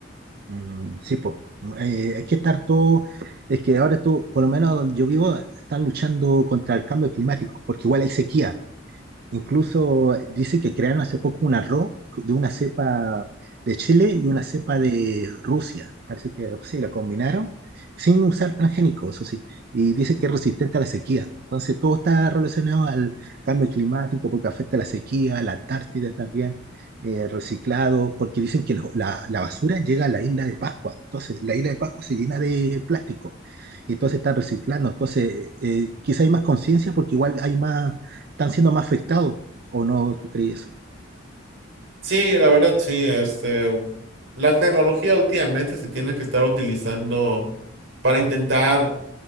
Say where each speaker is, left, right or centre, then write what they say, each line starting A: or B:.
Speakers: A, on the right; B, on the right.
A: Mm, sí, pues. hay que estar todo, es que ahora tú, por lo menos donde yo vivo, están luchando contra el cambio climático, porque igual hay sequía. Incluso eh, dice que crearon hace poco un arroz de una cepa de Chile y una cepa de Rusia. Parece que pues sí, la combinaron sin usar transgénicos, eso sí. Y dice que es resistente a la sequía. Entonces todo está relacionado al cambio climático porque afecta a la sequía, la Antártida también, eh, reciclado, porque dicen que lo- la, la basura llega a la isla de Pascua. Entonces la isla de Pascua se llena de plástico. Y entonces están reciclando. Entonces eh, quizá hay más conciencia porque igual hay más están siendo más afectados, ¿o no tú crees eso?
B: Sí, la verdad, sí, este, la tecnología últimamente se tiene que estar utilizando para intentar